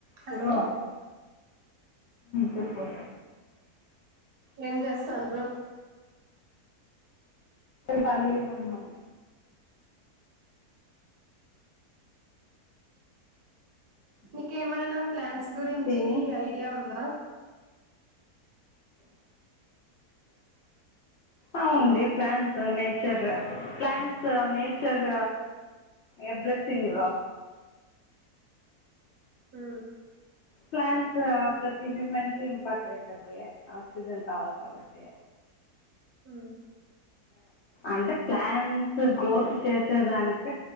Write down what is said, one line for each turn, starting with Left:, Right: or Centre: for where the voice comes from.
Right: Hello
Left: హల్వా ఆర్ చెప్పు
Right: ఏం చేస్తండ్రు
Left: పల్లీగున్నామ్
Right: నీకేమైనా ప్లాన్స్ గురించి
Left: తిని
Right: ఐడియా ఉందా
Left: ఆ
Right: హలో
Left: ఉంది plant nature plants nature a blessing
Right: ఊ
Left: ప్లాన్స్ ప్రతి హ్యూమన్ కి ఇంపార్టెంట్ అ పోయి ఆక్సిజన్ కావాలి కాబట్టి
Right: ఆ
Left: అంటే ప్లాంట్స్ గ్రోత్ చేసేదానికి